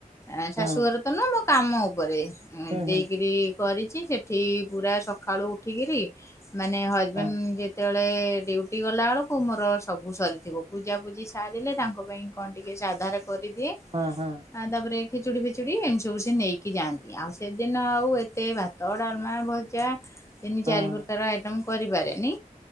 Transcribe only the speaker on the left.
ଆ ଶାଶୁଘର
ତ ନୁହଁ ମୋ କାମ ଉପରେ ଉଁ
ଦେଇକିରି
କରିଛି ସେଠି ପୁରା ସକାଳୁ ଉଠିକିରି ମାନେ ହଜବେଣ୍ଟ୍
ଯେତେବେ ଏ ଡ୍ୟୁଟି ଗଲା ବେଳକୁ ମୋର ସ ସବୁ ସରିଥିବ। ପୂଜାପୂଜି ସାରିଲେ ତାଙ୍କ ପାଇଁ କଣ ଟିକେ ସାଧାରେ କରିଦିଏ
ଆଉ ତାପରେ ଖେଚୁଡି ଫିଚୁଡି ଏମତି ସବୁ ସେ ନେଇକି ଯାଆନ୍ତି ଆଉ ସେଦିନ ଆଉ ଏତେ ଭାତ ତ ଡାଲମା ଭଜା ତିନି
ଚାରି ପ୍ରକାର ଆଇଟମ କରିପାରେନି।